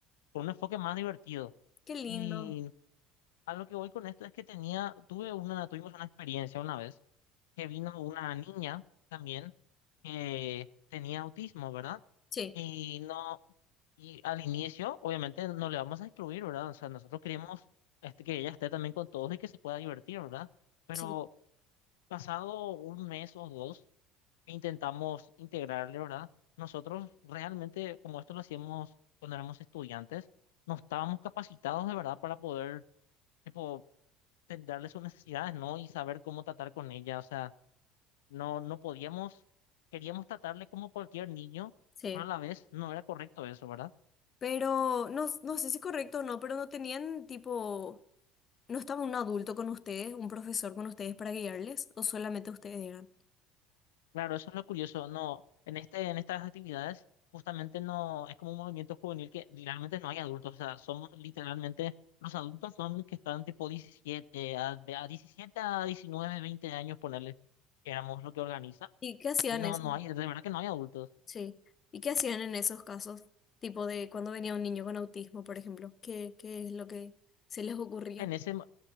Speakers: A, on the left; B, on the left.
A: con un enfoque más divertido.
B: Qué lindo.
A: Y a lo que voy con esto es que tenía, tuve una, tuvimos una experiencia una vez que vino una niña también que tenía autismo, ¿verdad?
B: Sí,
A: Y no, y al inicio, obviamente, no le vamos a excluir, ¿verdad? O sea, nosotros queremos este, que ella esté también con todos y que se pueda divertir, ¿verdad? Pero
B: sí,
A: pasado un mes o dos, intentamos integrarle, ¿verdad? Nosotros realmente, como esto lo hacíamos cuando éramos estudiantes, no estábamos capacitados de verdad para poder, tipo, ten- darle sus necesidades, ¿no? Y saber cómo tratar con ella. O sea, no, no podíamos, queríamos tratarle como cualquier niño,
B: sí.
A: pero a la vez no era correcto eso, ¿verdad?
B: Pero no, no sé si es correcto o no, pero no tenían tipo, ¿no estaba un adulto con ustedes, un profesor con ustedes para guiarles? ¿O solamente ustedes eran?
A: Claro, eso es lo curioso. No, en este, en estas actividades justamente no es como un movimiento juvenil que realmente no hay adultos. O sea, somos literalmente los adultos son los que están tipo 17 a, de a 17 a 19, 20 años, ponerle que éramos lo que organizan
B: ¿Y qué hacían
A: y no,
B: eso?
A: no hay, de verdad que no hay adultos.
B: Sí. ¿Y qué hacían en esos casos? Tipo de cuando venía un niño con autismo, por ejemplo. ¿Qué, qué es lo que se les ocurría?
A: En ese,